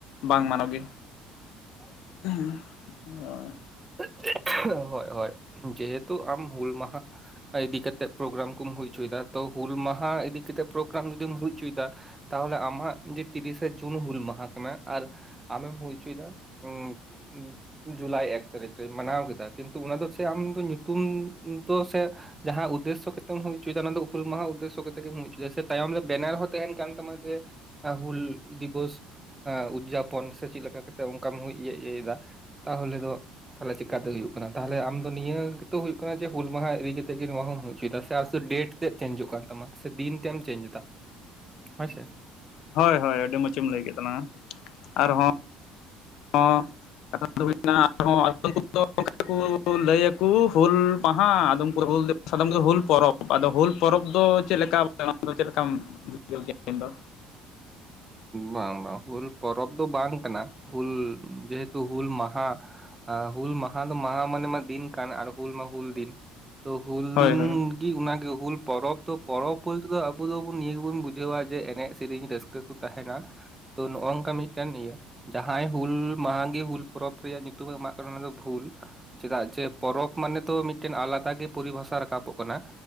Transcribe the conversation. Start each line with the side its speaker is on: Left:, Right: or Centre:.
Left: ᱵᱟᱝ ᱢᱟᱱᱟᱣ ᱜᱮ᱾
Right: <inaudible>
Left: <unintelligible>
Right: <unintelligible> ᱦᱳᱭ ᱦᱳᱭ ᱡᱮᱦᱮᱛᱩ ᱟᱢ ᱦᱩᱞ ᱢᱟᱦᱟ ᱤᱫᱤᱠᱟᱛᱮᱜ ᱯᱨᱳᱜᱨᱟᱢ ᱠᱩᱢ ᱦᱩᱭ ᱩᱪᱩᱭᱫᱟ ᱛᱚ ᱦᱩᱞ ᱢᱟᱦᱟ ᱤᱫᱤᱠᱟᱛᱮᱜ ᱯᱨᱳᱜᱨᱟᱢ ᱡᱚᱫᱤᱢ ᱦᱩᱭ ᱩᱪᱩᱭᱫᱟ ᱛᱟᱦᱚᱞᱮ ᱟᱢᱟᱜ ᱡᱮ ᱛᱤᱨᱤᱥᱮ ᱡᱩᱱ ᱦᱩᱞ ᱢᱟᱦᱟ ᱠᱟᱱᱟ ᱟᱨ ᱟᱢᱮᱢ ᱦᱩᱭ ᱩᱪᱩᱭᱫᱟ ᱩᱸ ᱩᱸ ᱡᱩᱞᱟᱭ ᱮᱠ ᱛᱟᱹᱨᱤᱠᱷ ᱨᱮ ᱢᱟᱱᱟᱣ ᱠᱮᱫᱟ ᱠᱤᱱᱛᱩ ᱚᱱᱟ ᱫᱚ ᱥᱮ ᱟᱢ ᱫᱚ ᱧᱩᱛᱩᱢ ᱫᱚ ᱥᱮ ᱡᱟᱦᱟᱸ ᱩᱫᱮᱥᱥᱚ ᱠᱟᱛᱮᱢ ᱦᱩᱭ ᱩᱪᱩᱭᱫᱟ ᱚᱱᱟ ᱫᱚ ᱦᱩᱞ ᱢᱟᱦᱟ ᱩᱫᱮᱥᱥᱚ ᱠᱟᱛᱮᱜ ᱜᱮᱢ ᱦᱩᱭ ᱩᱪᱩᱭᱫᱟ ᱥᱮ ᱛᱟᱭᱚᱢ ᱵᱮᱱᱟᱨ ᱦᱚᱸ ᱛᱟᱦᱮᱱ ᱠᱟᱱ ᱛᱟᱢᱟ ᱡᱮ ᱟᱸ ᱦᱩᱞ ᱫᱤᱵᱚᱥ ᱟᱸ ᱩᱫᱽᱡᱟᱯᱚᱱ ᱥᱮ ᱪᱮᱫ ᱞᱮᱠᱟ ᱠᱟᱛᱮᱜ ᱚᱱᱠᱟᱢ ᱦᱩᱭ ᱤᱭᱟᱹ ᱤᱭᱟᱹᱭ ᱮᱫᱟ ᱛᱟᱦᱚᱞᱮ ᱫᱚ ᱛᱟᱦᱚᱞᱮ ᱪᱮᱠᱟᱛᱮ ᱦᱩᱭᱩᱜ ᱠᱟᱱᱟ ᱛᱟᱦᱚᱞᱮ ᱟᱢᱫᱚ ᱱᱤᱭᱟᱹ ᱛᱳ ᱦᱩᱭᱩᱜ ᱠᱟᱱᱟ ᱡᱮ ᱦᱩᱞ ᱢᱟᱦᱟ ᱤᱫᱤ ᱠᱟᱛᱮᱜ ᱜᱮ ᱱᱚᱣᱟ ᱦᱚᱢ ᱦᱩᱭ ᱩᱪᱩᱭ ᱫᱟ ᱥᱮ ᱟᱨ ᱥᱮ ᱰᱮᱴ ᱪᱮᱫ ᱪᱮᱧᱡᱚᱜ ᱠᱟᱱ ᱛᱟᱢᱟ ᱥᱮ ᱫᱤᱱ ᱛᱮᱢ ᱪᱮᱧᱡᱽ ᱮᱫᱟ ᱦᱳᱭᱥᱮ
Left: ᱦᱳᱭ ᱦᱳᱭ ᱟᱹᱰᱤ ᱢᱚᱪᱮᱢ ᱞᱟᱹᱭ ᱠᱮᱫ ᱛᱟᱞᱟᱝᱟ ᱟᱨᱦᱚᱸ ᱦᱚᱸ ᱠᱟᱛᱷᱟ ᱫᱚ ᱦᱩᱭᱱᱟ ᱟᱨᱦᱚᱸ ᱟᱫᱚᱢ ᱠᱩᱫᱚ ᱠᱩ ᱞᱟᱹᱭᱟᱠᱩ ᱦᱩᱞ ᱢᱟᱦᱟ ᱟᱫᱚᱢ ᱠᱩᱫᱚ ᱠᱩ ᱦᱩᱞ <inaudible> ᱟᱫᱚᱢ ᱠᱩᱫᱚ ᱠᱩ ᱦᱩᱞ ᱯᱚᱨᱚᱵᱽ ᱟᱫᱚ ᱦᱩᱞ ᱯᱚᱨᱚᱵᱽ ᱫᱚ ᱪᱮᱫ ᱞᱮᱠᱟ ᱪᱮᱫ ᱞᱮᱠᱟᱢ ᱵᱩᱡᱷᱟᱹᱣ <unintelligible> ᱫᱚ
Right: ᱵᱟᱝ ᱵᱟᱝ ᱦᱩᱞ ᱯᱚᱨᱚᱵᱽ ᱫᱚ ᱵᱟᱝ ᱠᱟᱱᱟ ᱦᱩᱞ ᱡᱮᱦᱮᱛᱩ ᱦᱩᱞ ᱢᱟᱦᱟ ᱟ ᱦᱩᱞ ᱢᱟᱦᱟ ᱫᱚ ᱢᱟᱦᱟ ᱢᱟᱱᱮ ᱢᱟ ᱫᱤᱱ ᱠᱟᱱ ᱟᱨ ᱦᱩᱞ ᱢᱟ ᱦᱩᱞ ᱫᱤᱱ ᱛᱚ ᱦᱩᱞ
Left: ᱦᱳᱭ
Right: ᱫᱤᱱ
Left: ᱦᱳᱭ
Right: ᱤ ᱚᱱᱟᱜᱮ ᱦᱩᱞ ᱯᱚᱨᱚᱵᱽ ᱫᱚ ᱯᱚᱨᱚᱵᱽ ᱵᱚᱞᱛᱮ ᱫᱚ ᱟᱹᱵᱩ ᱫᱚᱵᱩᱱ ᱱᱤᱭᱟᱹ ᱜᱮᱵᱩᱱ ᱵᱩᱡᱷᱟᱹᱣᱟ ᱡᱮ ᱮᱱᱮᱡ ᱥᱤᱨᱤᱧ ᱨᱟᱹᱥᱠᱟᱹ ᱠᱩ ᱛᱟᱦᱮᱱᱟ ᱛᱚ ᱱᱚᱜ ᱚᱝᱠᱟ ᱢᱤᱫᱴᱮᱱ ᱤᱭᱟᱹ ᱡᱟᱦᱟᱸᱭ ᱦᱩᱞ ᱢᱟᱦᱟ ᱜᱮ ᱦᱩᱞ ᱯᱚᱨᱚᱵᱽ ᱨᱮᱭᱟᱜ ᱧᱩᱛᱩᱢᱮ ᱮᱢᱟᱜ ᱠᱟᱱᱟ ᱚᱱᱟ ᱫᱚ ᱵᱷᱩᱞ ᱪᱮᱫᱟᱜ ᱡᱮ ᱯᱚᱨᱚᱵᱽ ᱢᱟᱱᱮ ᱫᱚ ᱢᱤᱫᱴᱮᱱ ᱟᱞᱟᱫᱟ ᱜᱮ ᱯᱚᱨᱤᱵᱷᱟᱥᱟ ᱨᱟᱠᱟᱵᱚᱜ ᱠᱟᱱᱟ